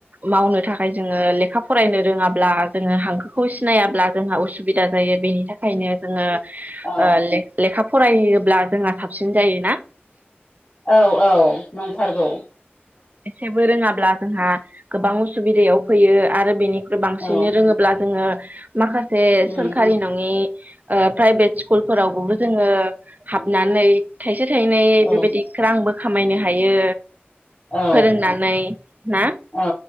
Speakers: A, on the right; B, on the left.
A: मावनो थाखाय जोङो लेखा फ फरायनो रोङाब्ला जोङो हांखोखौ सिनायाब्ला जोंहा उसुबिदा जायो बेनि थाखायनो जोङो
B: औ
A: ओ ले-लेखाफ फरायहोयोब्ला जोंहा थाबसिन जायोना?
B: औ औ नंथारगौ
A: जेबो रोङाब्ला जोंहा गोबां उसुबिदायाव फैयो आरो बेनि बांसिनै
B: औ
A: रोङोब्ला जोङो माखासे
B: उम
A: सोरखारि नङि ओ प्राइभेट स्कुलफोरावबोबो जोङो हाबनानै थाइज थायसे थायनै
B: औ
A: बेबायदि ग्रांबो खामायनो हायो
B: औ
A: फोरोंनानै ना?
B: औ